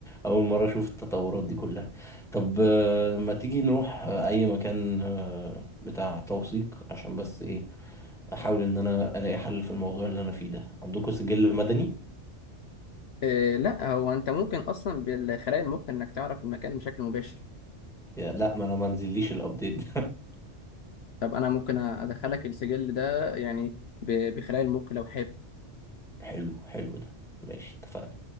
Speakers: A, in the centre; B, on the left.
A: اول مرة اشوف التطورات دي كلها طب آه، ما تيجي نروح آه، اي مكان آه، بتاع توثيق عشان بس ايه احاول ان انا الاقي حل في الموضوع اللي انا فيه ده عندكم سجل مدني
B: إيه لا هو انت ممكن اصلا بالخلايا المخ انك تعرف المكان بشكل مباشر
A: يا لا ما انا ما نزليش الابديت ده <laughs>
B: طب انا ممكن ادخلك السجل ده يعني ب- بخلايا المخ لو حابب
A: حلو حلو ده ماشي اتفقنا